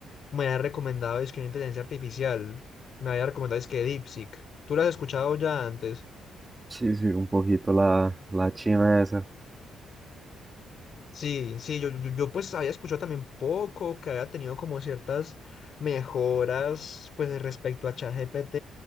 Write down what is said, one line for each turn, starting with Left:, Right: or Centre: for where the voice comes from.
Left: me había recomendado es que una inteligencia artificial, me había recomendado es que DeepSeek. ¿Tú lo has escuchado ya antes?
Right: Sí, sí, un poquito la, la china esa.
Left: Sí, sí, yo, yo, yo, pues había escuchado también poco, que había tenido como ciertas mejoras pues respecto a ChatGPT,